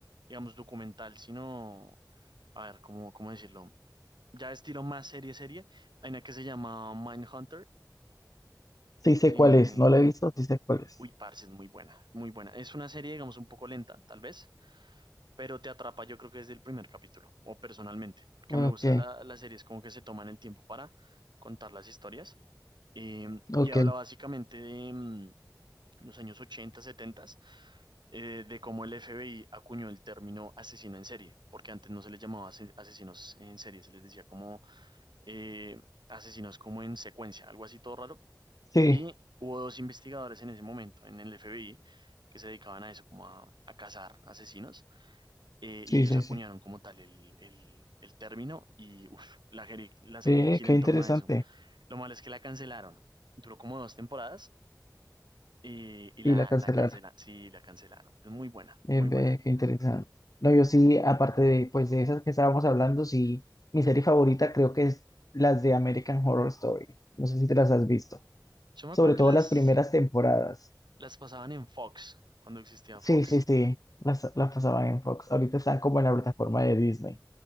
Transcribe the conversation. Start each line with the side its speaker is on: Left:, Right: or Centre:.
Right: digamos, documental, sino, a ver, ¿cómo, cómo decirlo? Ya estilo más serie, serie. Hay una que se llama Mindhunter.
Left: Sí sé
Right: Eh,
Left: cuál es, no la he visto, sí sé cuál es.
Right: uy, parce, es muy buena, muy buena. Es una serie, digamos, un poco lenta, tal vez pero te atrapa yo creo que desde el primer capítulo, o personalmente, porque
Left: Ok,
Right: me gusta la, las series como que se toman el tiempo para contar las historias. eh,
Left: ok.
Right: y habla básicamente de mm, los años 80 70, eh, de cómo el FBI acuñó el término asesino en serie, porque antes no se les llamaba ase- asesinos en serie, se les decía como eh, asesinos como en secuencia, algo así todo raro.
Left: Sí,
Right: Y hubo dos investigadores en ese momento en el FBI que se dedicaban a eso, como a, a cazar asesinos eh,
Left: sí,
Right: y ellos
Left: sí,
Right: acuñaron
Left: sí.
Right: como tal el, el- el término y uf, la, geri- la serie
Left: Ve,
Right: gira
Left: qué
Right: en
Left: interesante.
Right: torno a eso. Lo malo es que la cancelaron. Duró como dos temporadas y, y la,
Left: Y la cancelaron.
Right: la cancela, sí, la cancelaron. Es muy buena,
Left: Eh,
Right: muy
Left: ve,
Right: buena.
Left: qué interesante. No, yo sí, aparte de, pues, de esas que estábamos hablando, sí, mi serie favorita creo que es las de American Horror Story. No sé si te las has visto.
Right: Yo me
Left: Sobre
Right: acuerdo que
Left: todo
Right: las,
Left: las primeras temporadas.
Right: las pasaban en Fox, cuando existía
Left: Sí,
Right: Fox.
Left: sí, sí, las, las pasaban en Fox. Ahorita están como en la plataforma de Disney.